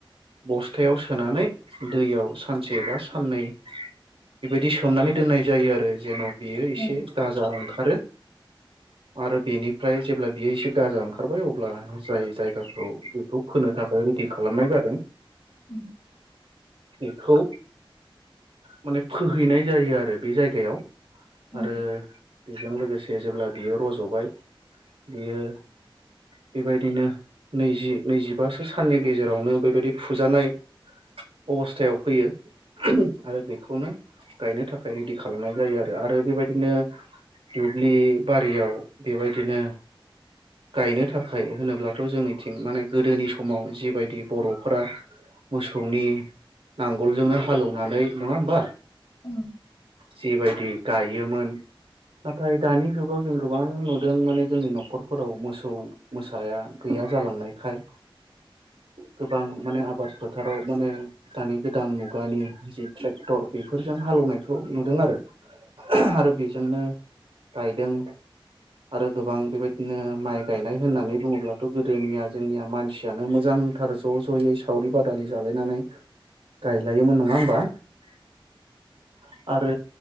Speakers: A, on the right (about 75°); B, on the left (about 65°).
A: बस्थायाव सोनानै दैयाव सानसे बा साननै बेबायदि सोमनानै दोननाय जायो आरो जेन' बेयो इसे
B: औ
A: गाजा ओंखारो आरो बेनि ओमफ्राय जेब्ला बियो इसे गाजा ओंखारबाय अब्ला जाय जायगाखौ बेखौ खोनो थाखाय रेडि खालामनायबाय बोन
B: <inaudible>
A: बेखौ माने फोहैनाय जायो आरो बे जायगायाव आरो
B: औ
A: जों लोगोसे जेब्ला बियो रजबाय बियो बेबायदिनो नैजि नैजिबासो साननि गेजेरावनो बेबायदि फुजानाय अबस्थायाव फैयो <unintelligible> आरो बेखौनो गायनो थाखाय रेडि खालामनाय जायो आरो आरो बेबायदिनो दुब्लि बारियाव बेबायदिनो गायनो थाखाय होनोब्लाथ जोंनिथिं माने गोदोनि समाव जिबायदि बरफोरा मोसौनि नांगोलजोंनो हालौवनानै नङा होमबा?
B: औ
A: जिबायदि गायोमोन। नाथाय दानि जुगाव जों गोबां नुदों माने जोंनि नखरफोराव मोसौ मोसा या गैया जालांनायखाय गोबां माने आबाद फोथाराव माने दानि गोदान मुगानि जि ट्रेक्टर बेफोरजों हा हालेवनायखौ नुदों आरो <unintelligible> आरो बेजोंनो गायदों आरो गोबां बेबायदिनो माइ गायनाय होननानै बुङोब्लाथ गोदोनिया जोंनिया मानसियानो मोजां मोजांथार ज जयै सावरि बादालि जालायनानै गायलायोमोन नङा होमबा? <inaudible> आरो